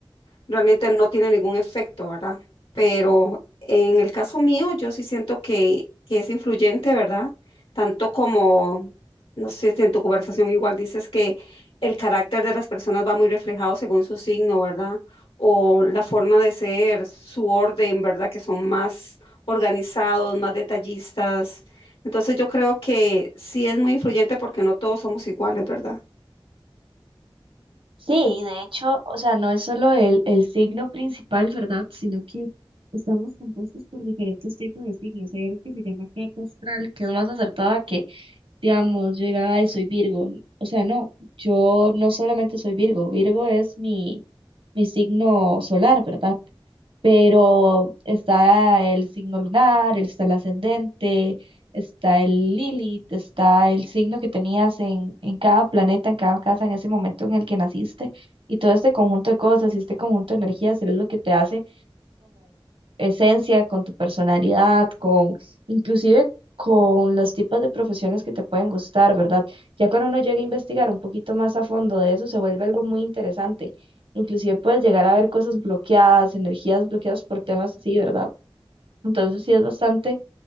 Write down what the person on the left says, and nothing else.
realmente no tiene ningún efecto, ¿verdad? Pero en el caso mío, yo sí siento que, que es influyente, ¿verdad? Tanto como, no sé si en tu conversación igual dices que el carácter de las personas va muy reflejado según su signo, ¿verdad? O la forma de ser, su orden, ¿verdad? Que son más organizados, más detallistas. Entonces yo creo que sí es muy influyente porque no todos somos iguales, ¿verdad?